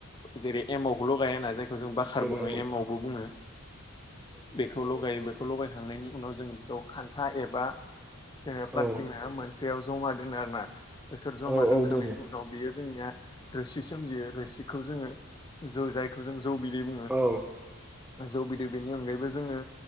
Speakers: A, on the left; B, in the centre.
A: जेरै एमावखौ ल'गाय होना जायखौ जों बाखार बुङो
B: औ
A: एमावबो बुङो। बे खौ लगायो बेखौ लायखांनायनि उनाव जों बेखौ खान्था एबा ओ पलासटिक
B: औ
A: नोंङा मोन सेआव जमा दोनो आरोोना बेफोर जमा
B: औ
A: दोनखांनायनि
B: औ दोनो
A: उनाव बियो जोंनिया रोसि सोमजियो रोसिखौ जोङो जौ जायखौ जों जौ बिदै बुङो
B: औ
A: जौ बिदै बेनि अनगायैबो जोङो